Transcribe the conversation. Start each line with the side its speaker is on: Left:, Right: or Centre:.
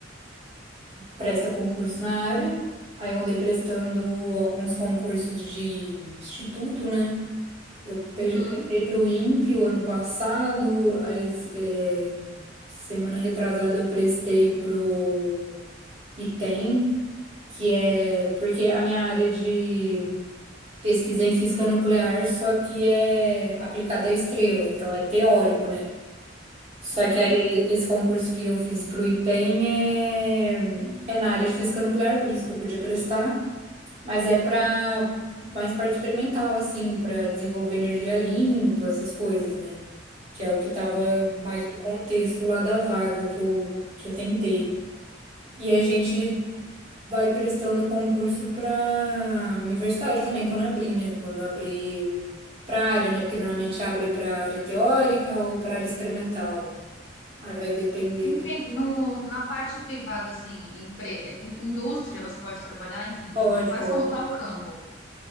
Right: presta concurso na área. Aí eu andei prestando alguns concursos de instituto, né? Eu pre-
Left: uhum,
Right: prestei para o INPE o ano passado, a es- é, semana retrasada eu prestei para o IPEM, que é porque a minha área de pesquisa é em física nuclear, só que é aplicada à estrela, então é teórico, né? Só
Left: uhum.
Right: que aí esse concurso que eu fiz para o IPEM é, é na área de física nuclear, por isso que eu podia prestar, mas é para mais parte experimental, assim, para desenvolver energia limpa, essas coisas, né? que é o que estava mais no contexto lá da vaga que eu, que eu tentei. E a gente vai prestando concurso para universidade também, quando abrir, né? Quando abrir para área, né? Porque normalmente abre para área teórica ou para área experimental. Aí vai depender
Left: E
Right: do.
Left: tem, no, na parte privada, assim, empre, in- indústria, você pode trabalhar, enfim,
Right: Pode,
Left: quais
Right: pode.
Left: são, qual é o campo?